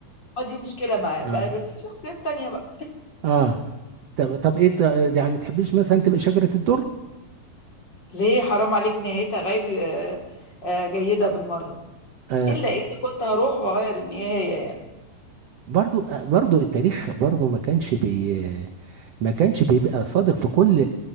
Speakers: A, on the left; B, on the right.
A: آه، دي مشكله معايا
B: اه
A: بقى بس في شخصيات تانية بقى
B: اه طب طب ايه ت- يعني ما تحبيش مثلا تبقى شجرة الدر
A: ليه حرام عليك نهايتها غير آه، آه، جيده بالمره
B: آه
A: الا اذا كنت هروح واغير النهايه يعني
B: برضو آه برضو التاريخ برضو ما كانش بي ما كانش بيبقى صادق في كل